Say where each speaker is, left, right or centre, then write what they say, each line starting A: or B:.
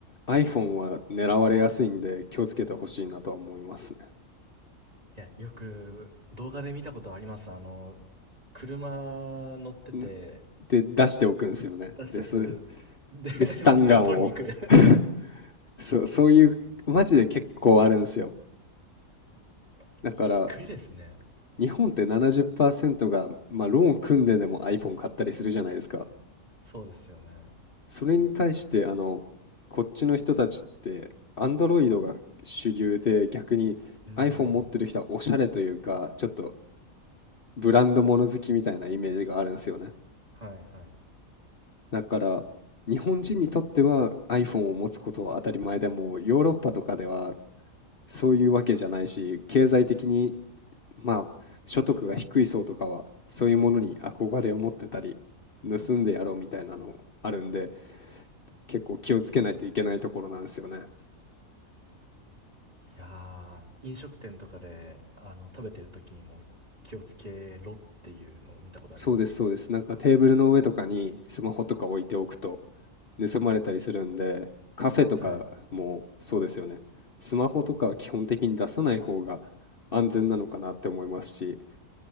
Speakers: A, on the left; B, on the right.
A: iPhone は狙われやすいんで気をつけてほしいなとは思います
B: いや、よく動画で見たことあります。あの、車乗ってて、
A: ね。んで、出しておくんですよね。
B: 出しとく。
A: で、それ、
B: で、
A: で、スタンガンを
B: <laughs> みんな取りに来る。
A: <laughs> そう、そういう、マジで結構あるんですよ。
B: <laughs>
A: だから、
B: びっくりですね。
A: 日本って70%が、まあ、ローン組んででも iPhone 買ったりするじゃないですか。
B: そうですよね。
A: それに対して、あの、こっちの人たちって、Android が主流で、逆に
B: うーん。
A: iPhone 持ってる人はおしゃれというか、ちょっとブランド物好きみたいなイメージがあるんですよね。
B: はいはい。い
A: だから、日本人にとっては iPhone を持つことは当たり前でも、ヨーロッパとかではそういうわけじゃないし、経済的に、まあ、所得が低い層とかは、そういうものに憧れを持ってたり、盗んでやろうみたいなのあるんで、結構気をつけないといけないところなんですよね。
B: やー、飲食店とかで、あの、食べてる時にも気をつけろっていうのを見たことあります。
A: そうです、そうです。なんかテーブルの上とかにスマホとか置いておくと盗まれたりするんで、カフェとかもそうですよね。
B: はい。
A: スマホとかは基本的に出さない方が安全なのかなって思いますし、